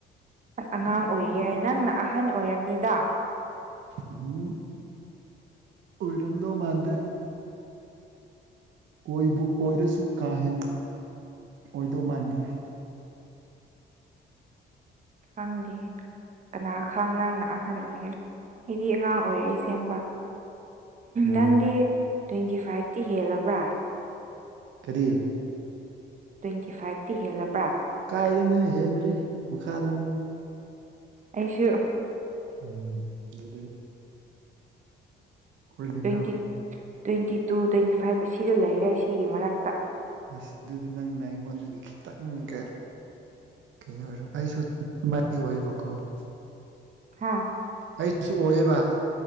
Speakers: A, on the right (about 40°); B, on the right (about 70°).
A: ꯑꯁ ꯑꯉꯥꯡ ꯑꯣꯏꯔꯤꯌꯦ ꯅꯪꯅ ꯑꯍꯟ ꯑꯣꯏꯔꯝꯅꯤꯗ ꯫
B: ꯎꯝ ꯑꯣꯏꯔꯝꯗꯧ ꯃꯥꯟꯗꯦ꯫ ꯑꯣꯏꯕꯨ ꯑꯣꯏꯔꯁꯨ ꯀꯥ ꯍꯦꯟꯅ ꯑꯣꯏꯗꯧ ꯃꯥꯟꯗꯦ
A: ꯐꯪꯗꯦ ꯫ ꯀꯅꯥ ꯈꯪ ꯅꯪꯅ ꯑꯍꯟ ꯑꯣꯏꯒꯦꯔꯥ ꯑꯩꯗꯤ ꯑꯉꯥꯡ ꯑꯣꯏꯔꯛꯏ ꯑꯁꯦꯡꯕ꯫
B: ꯑꯣ
A: ꯅꯪꯗꯤ ꯇ꯭ꯋꯦꯟꯇꯤ ꯐꯥꯏꯚꯇꯤ ꯍꯦꯜꯂꯕ꯭ꯔꯥ ꯫
B: ꯀꯔꯤ
A: ꯇ꯭ꯋꯦꯟꯇꯤ ꯐꯥꯏꯞꯇꯤ ꯍꯦꯜꯂꯕ꯭ꯔꯥ꯫
B: ꯀꯥꯏꯗꯩꯅꯣꯍꯦ ꯍꯦꯟꯗ꯭ꯔꯤ꯫ ꯃꯈꯥꯗꯅ‌ꯦ
A: ꯑꯩꯁꯨ ꯫
B: ꯎꯝ ꯑꯗꯨꯗꯤ꯫ ꯑꯩꯈꯣꯏ ꯂꯦꯡꯒꯥ
A: ꯇ꯭ꯋꯦꯟꯇꯤ
B: ꯑꯣꯏꯔꯝꯅꯤ꯫
A: ꯇ꯭ꯋꯦꯟꯇꯤ ꯇꯨ ꯇ꯭ꯋꯦꯟꯇꯤ ꯐꯥꯏꯕ ꯑꯁꯤꯗ ꯂꯩꯔꯦ ꯁꯤꯒꯤ ꯃꯔꯛꯇ
B: ꯑꯁ ꯑꯗꯨꯗꯤ ꯅꯪꯅ ꯑꯩꯉꯣꯟꯗꯒꯤ ꯈꯤꯇꯪꯒ ꯫ ꯀꯩꯅꯣ ꯑꯣꯏꯔꯣ ꯑꯩꯁꯨ ꯗꯨꯃꯥꯏꯅꯗꯤ ꯑꯣꯏꯌꯦꯕꯀꯣ ꯫
A: ꯍꯥꯥ꯫
B: ꯑꯩꯁꯨ ꯑꯣꯏꯌꯦꯕ ꯫